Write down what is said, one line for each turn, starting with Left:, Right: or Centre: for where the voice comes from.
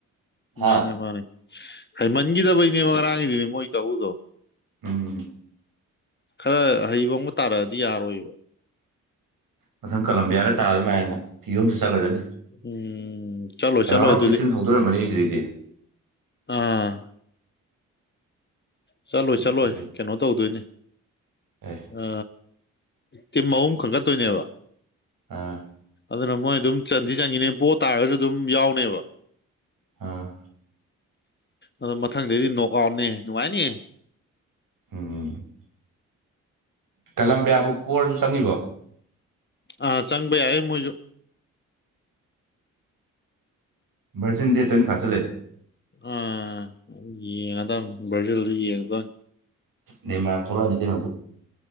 Right: ꯍꯥ
Left: ꯃꯥꯅꯦ ꯃꯥꯅꯦ ꯍꯩꯃꯟꯈꯤꯗꯕꯩꯅꯦꯕ ꯉꯔꯥꯡꯒꯤꯗꯨ ꯃꯣꯏ ꯇꯧꯕꯗꯣ
Right: ꯎꯝ
Left: ꯈꯔ ꯑꯍꯩꯕ ꯑꯃꯒ ꯇꯥꯔꯛꯑꯗꯤ ꯌꯥꯔꯣꯏꯕ
Right: ꯃꯊꯪ ꯀꯂꯝꯕꯤꯌꯥꯒ ꯇꯥꯕꯗ ꯃꯥꯏꯅ ꯐꯤꯕꯝ ꯑꯃꯁꯨ ꯆꯠꯈ꯭ꯔꯖꯅꯤ
Left: ꯎꯝ ꯆꯠꯂꯣ ꯆꯠꯂꯣ
Right: ꯔꯥꯎꯟ ꯑꯣꯐ
Left: ꯑꯗꯨꯗꯤ
Right: ꯁꯤꯛꯁꯇꯤꯟ ꯍꯧꯗꯣꯔꯝꯃꯅꯤ ꯁꯤꯗꯩꯗꯤ
Left: ꯑꯥ ꯆꯠꯂꯣꯏ ꯆꯠꯂꯣꯏ
Right: ꯑꯗꯨꯗꯩ
Left: ꯀꯩꯅꯣ ꯇꯧꯗꯣꯏꯅꯤ
Right: ꯑꯦ
Left: ꯑ ꯇꯤꯝ ꯑꯍꯨꯝ ꯈꯛꯀꯠꯇꯣꯏꯅꯦꯕ
Right: ꯑꯥ
Left: ꯑꯗꯨꯅ ꯃꯣꯏ ꯑꯗꯨꯝ ꯆꯟꯗꯤ ꯆꯟꯈꯤꯅꯤ ꯕꯣ ꯇꯥꯔꯒꯁꯨ ꯑꯗꯨꯝ ꯌꯥꯎꯅꯦꯕ
Right: ꯑꯥ
Left: ꯑꯗꯣ ꯃꯊꯪꯗꯗꯤ ꯅꯣꯛ ꯑꯥꯎꯠꯅꯦ ꯅꯨꯡꯉꯥꯏꯅꯤ
Right: ꯎꯝ ꯀꯂꯝꯕꯤꯌꯥꯕꯨ ꯄꫭꯔꯁꯨ ꯆꯪꯉꯤꯕꯣ
Left: ꯑꯥ ꯆꯪꯕ ꯌꯥꯏ ꯃꫭꯏꯁꯨ
Right: ꯚꯔꯖꯤꯟ ꯗꯦꯠ ꯇꫭꯏꯟꯇꯤꯐꯥꯏꯚꯇ ꯂꯩ
Left: ꯑꯥ ꯌꯦꯡꯉꯗꯕꯅꯤ ꯕ꯭ꯔꯥꯖꯤꯜꯗꯨ ꯌꯦꯡꯉꯗꯣꯏꯅꯤ
Right: ꯅꯦꯃꯥꯔ ꯊꯣꯛꯂꯛ ꯑꯅꯤ ꯀꯩꯅꫭ ꯍꯟꯇꯛꯇꯤ